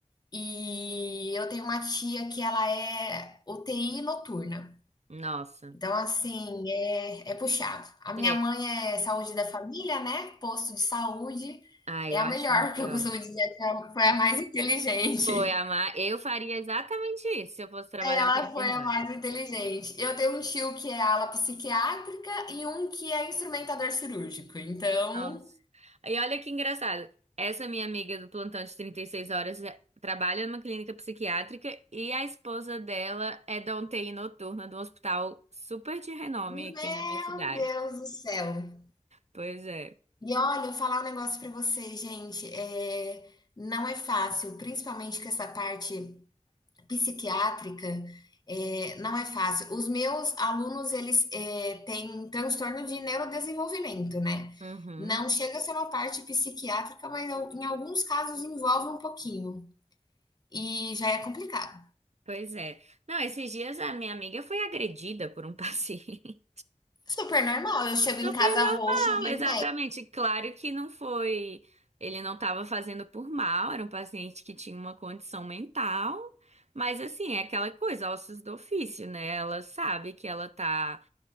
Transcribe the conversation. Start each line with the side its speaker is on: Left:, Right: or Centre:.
Left: E eu tenho uma tia que ela é UTI noturna.
Right: Nossa.
Left: Então, assim, é, é puxado. A minha
Right: É.
Left: mãe é saúde da família, né? Posto de saúde.
Right: Ah, eu
Left: É a
Right: acho
Left: melhor,
Right: melhor.
Left: <laughs> que eu costumo dizer que ela foi a mais inteligente.
Right: Foi, amar. Eu faria exatamente isso se eu fosse trabalhar
Left: Ela
Right: com a enfermagem.
Left: foi a mais inteligente. Eu tenho um tio que é ala psiquiátrica e um que é instrumentador cirúrgico. Então,
Right: Nossa. E olha que engraçado. Essa minha amiga do plantão de 36 horas é- trabalha numa clínica psiquiátrica e a esposa dela é da UTI noturna de um hospital super de renome
Left: meu
Right: aqui na minha cidade.
Left: Deus do céu.
Right: Pois é.
Left: E olha, eu falar um negócio pra você, gente, É não é fácil, principalmente com essa parte psiquiátrica, é não é fácil. Os meus alunos, eles, eh, têm um transtorno de neurodesenvolvimento, né.
Right: Uhum.
Left: Não chega a ser uma parte psiquiátrica, mas al em alguns casos envolve um pouquinho, e já é complicado.
Right: Pois é. Não, esses dias a minha amiga foi agredida por um <laughs> paciente.
Left: Super normal, eu chego em
Right: Super
Left: casa
Right: normal,
Left: roxa, veio
Right: exatamente.
Left: o
Right: Claro que não foi. Ele não estava fazendo por mal, era um paciente que tinha uma condição mental. Mas, assim, é aquela coisa, ossos do ofício, né? Ela sabe que ela tá